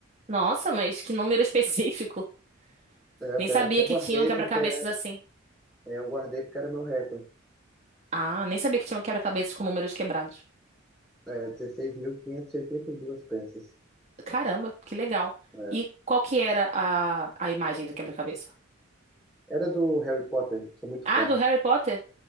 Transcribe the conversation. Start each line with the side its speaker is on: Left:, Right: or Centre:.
Right: Nossa, mas que número específico. <laughs>
Centre: É, até,
Right: Nem sabia
Centre: até guardei
Right: que tinham quebra-cabeças
Centre: porque é,
Right: assim.
Centre: é, eu guardei porque era meu recorde.
Right: Ah, nem sabia que tinham quebra-cabeças com números quebrados.
Centre: É, 16.582 peças.
Right: Caramba, que legal.
Centre: É.
Right: E qual que era a, a imagem do quebra-cabeça?
Centre: Era do Harry Potter, sou muito
Right: Ah,
Centre: fã.
Right: do Harry Potter?